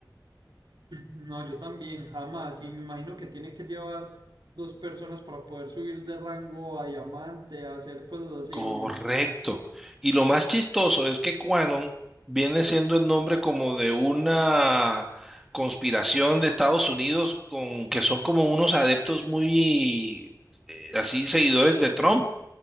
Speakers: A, on the right (about 75°); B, in the centre.
A: no, yo también, jamás. Y me imagino que tiene que llevar dos personas para poder subir de rango a diamante, a hacer cosas así,
B: Correcto.
A: ¿o no?
B: Y lo más chistoso es que Quanon viene siendo el nombre como de una conspiración de Estados Unidos con que son como unos adeptos muy eh, así seguidores de Trump.